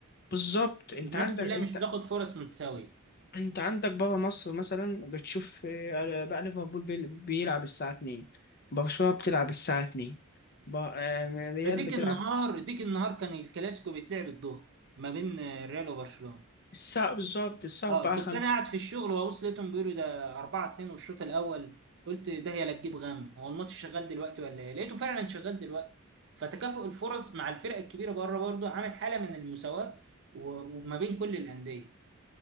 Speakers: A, on the left; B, on the right.
A: بالظبط انت
B: الناس
A: عندك
B: كلها مش بتاخد فرص متساويه
A: انت عندك بره مصر مثلا بتشوف آه، بقى ليفربول بيل- بيلعب الساعة 2 برشلونة بتلعب الساعة 2 ب- آه، ريال
B: ده ديك
A: بتلعب
B: النهار ديك النهار كان الكلاسيكو بيتلعب الظهر ما بين الريال وبرشلونه
A: الساعة بالظبط الساعة
B: اه
A: 4
B: كنت
A: 5
B: انا قاعد في الشغل وابص لقيتهم بيقولوا ده 4 2 والشوط الاول قلت ده هي لا تجيب غم هو الماتش شغال دلوقتي ولا ايه لقيته فعلا شغال دلوقتي فتكافؤ الفرص مع الفرق الكبيره بره برضه عامل حاله من المساواه و- وما بين كل الانديه